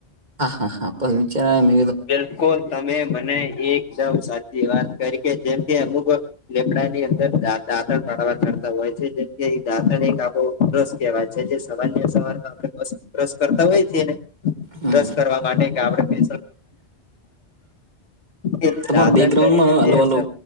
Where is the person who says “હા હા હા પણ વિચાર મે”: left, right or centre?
Right